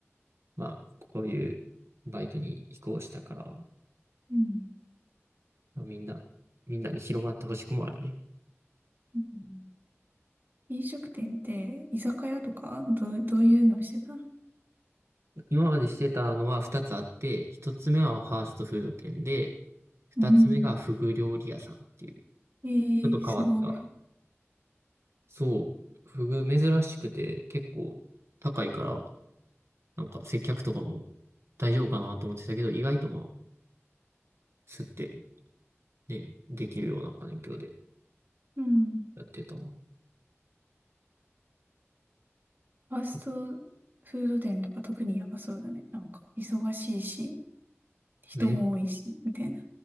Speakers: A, on the right; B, on the right.
A: まあ、こういうバイトに移行したから、
B: うん。
A: まあ、みんな、みんなに広まってほしくもあるね。
B: うん飲食店って居酒屋とかどう、どういうのしてたの
A: 今までしてたのは2つあって、1つ目はファーストフード店で、2つ目がフグ料理屋さんっていう、
B: うん。
A: ち
B: えー、
A: ょっと変わった。
B: すごい。
A: そう、フグ珍しくて結構高いから、なんか接客とかも大丈夫かなと思ってたけど、意外とまあ、吸ってね、できるような環境で
B: うん。
A: やってたわ。
B: ファスト
A: え
B: フード店とか特にやばそうだね。なんか忙しいし、人も多いし、
A: め、
B: みたいな。